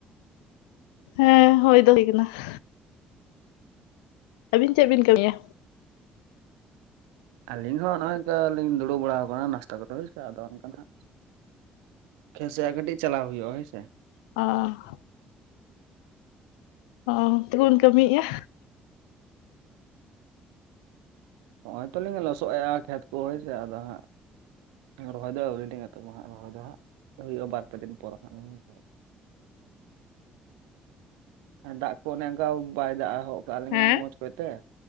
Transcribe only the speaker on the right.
ᱟᱹᱞᱤᱧ ᱦᱚᱸ ᱱᱚᱭ ᱱᱚᱝᱠᱟ ᱞᱤᱧ ᱫᱩᱲᱩᱵ ᱵᱟᱲᱟ ᱟᱠᱟᱱᱟ ᱱᱟᱥᱛᱟ ᱠᱚᱫᱚ ᱦᱳᱭ ᱥᱮ ᱟᱫᱚ ᱚᱱᱠᱟᱱᱟᱜ ᱠᱷᱮᱥᱭᱟᱜ ᱠᱟᱹᱴᱤᱡ ᱪᱟᱞᱟᱣ ᱦᱩᱭᱩᱜᱼᱟ ᱦᱳᱭ ᱥᱮ ᱾
ᱱᱚᱭ ᱛᱚᱞᱤᱧ ᱞᱚᱥᱚᱮᱜᱼᱟ ᱠᱷᱮᱛ ᱠᱚ ᱦᱳᱭ ᱥᱮ ᱟᱫᱚ ᱦᱟᱸᱜ ᱨᱚᱦᱚᱭ ᱫᱚ ᱟᱹᱣᱨᱤ ᱞᱤᱧ ᱮᱛᱚᱦᱚᱵᱟ ᱦᱟᱸᱜ ᱨᱚᱦᱚᱭ ᱫᱚ ᱦᱟᱸᱜ ᱦᱩᱭᱩᱜᱼᱟ ᱵᱟᱨᱯᱮ ᱫᱤᱱ ᱯᱚᱨ ᱦᱟᱸᱜ᱾ <inaudible> ᱟᱨ ᱫᱟᱜ ᱠᱚ ᱚᱱᱮ ᱚᱱᱠᱟ ᱵᱟᱭ ᱫᱟᱜ ᱦᱚᱜ ᱠᱟᱜ ᱞᱤᱧᱟ
ᱢᱚᱸᱡᱽ ᱠᱚᱭᱛᱮ